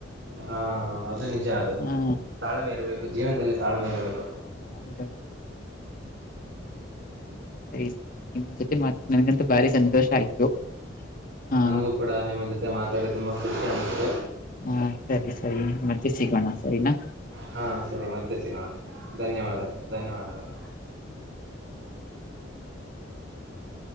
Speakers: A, on the right; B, on the left.
A: ಹಾ ಅದು ನಿಜ ಅದು
B: ಹಾ
A: ತಾಳ್ಮೆ ಇರಬೇಕು ಜೀವನದಲ್ಲಿ ತಾಳ್ಮೆ ಇರಬೇಕು
B: ಹೌದೌ <unintelligible> ಸರಿ ಸರಿ ನಿಮ್ ಜೊತೆ ಮಾತ ನನ್ಗಂತೂ ಭಾರಿ ಸಂತೋಷ ಆಯ್ತು ಹಾ
A: ನನಗೂ ಕೂಡ ನಿಮ್ಮ ಜೊತೆ ಮಾತಾಡಿ ತುಂಬಾ ಖುಷಿ ಅನ್ನತ್ತು
B: ಹಾ ಸರಿ ಸರಿ ಮತ್ತೆ ಸಿಗೋಣ ಸರಿನಾ
A: ಹಾ ಸರಿ ಮತ್ತೆ ಸಿಗೋಣ ಧನ್ಯವಾದಗಳು ಧನ್ಯವಾದಗಳು ಹ